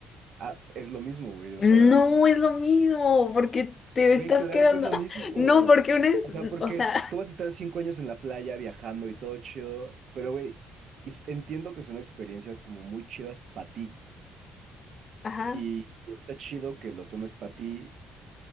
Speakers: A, on the right; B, on the left.
A: Ah, es lo mismo, güey, o
B: No
A: sea.
B: es lo mismo, porque te
A: Güey,
B: estás
A: claro
B: quedando.
A: que es lo
B: <laughs>
A: mismo.
B: No, porque una es,
A: O sea, porque
B: o sea,
A: tú vas a estar cinco años en la playa viajando y todo chido, pero güey, es- entiendo que son experiencias como muy chidas para ti
B: <laughs> ajá.
A: y y está chido que lo tomes para ti,